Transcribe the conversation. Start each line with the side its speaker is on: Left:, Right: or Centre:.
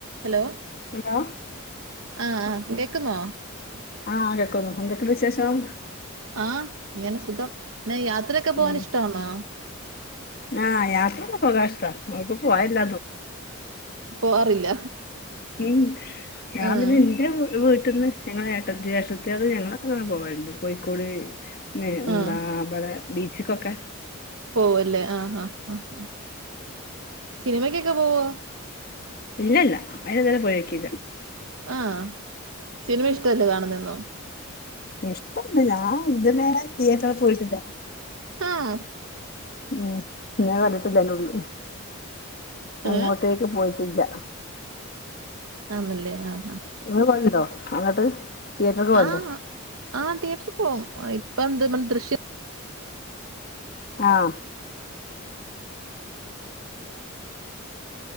Right: ഹലോ
Left: ഹലോ
Right: ആഹ കേക്കുന്നോ
Left: ആഹ കേെക്കുന്നു എന്തൊക്കെ വിശേഷം
Right: ആഹ് ഇങ്ങനെ സുഖം യാത്രയൊക്കെ പോവാൻ
Left: ഉം
Right: ഇഷ്ടാന്നോ
Left: ആഹ യാത്രക്കെ പോകാഷ്ട മക്ക പോയില്ല
Right: പോവാറില്ല
Left: ഉം ഞാൻ
Right: ആഹ്
Left: പിന്നെ എന്താ വീട്ടന്ന് ഞങ്ങള ഏട്ടത്തി ജേഷ്ടത്തികൾ ഞങ്ങള പോവേണ്ട് കോഴിക്കോട് എന്താ
Right: ആഹ്
Left: അവിടെ ബീച്ചക്കൊക്കെ
Right: പോവല്ലേ ആഹ് ആഹ് ആഹ് ആ സിനിമക്കൊക്കെ പോവോ
Left: ഇല്ല ഇല്ല അയിന് ഇത് വേറെ പോയോ ക്കീല്ല
Right: ആഹ സിനിമ ഇഷ്ടല്ലേ കാണുന്നന്നോ
Left: ഇഷ്ടംന്ന് ഞാൻ ഇതെരെ തിയേറ്ററിൽ പോയിട്ടില്ല
Right: ആഹ
Left: ഉം ഞാൻ <unintelligible> അങ്ങോട്ടേക്ക്
Right: ഏഹ്
Left: പോയിട്ടില്ല
Right: ആണല്ലേ ആഹ് ആഹ
Left: ഇങ്ങള് പോവല്ണ്ടോ അങ്ങട്ട് തിയേറ്റർക്ക് പോവല്ണ്ടോ
Right: ആഹ ആഹ തിയേറ്റർ പോവും ഇപ്പ എന്ത് ദൃശ്യം
Left: ആഹ